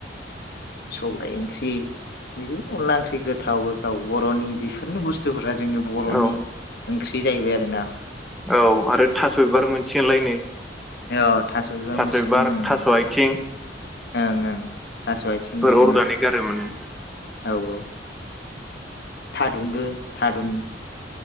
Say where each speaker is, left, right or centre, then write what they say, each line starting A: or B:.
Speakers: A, on the left; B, in the centre.
A: सबाय ओंख्रि बिदिनो अनला ओंख्रि गोथाव गोथाव बर'नि बेफोरनो बुस थुफोरा जोंनि बर'नि
B: औ
A: ओंख्रि जाहैबाय आरो ना।
B: औ आरो थास' बिबार मोनसिगोनलाय नै।
A: <unintelligible>
B: थास'
A: मोनसिगोन
B: बिबार
A: ओं
B: थास' आयथिं
A: ओं ओं थास' आथिं बिदिनो
B: अर्गानिक आरो माने
A: औ औ थादुनबो थादुन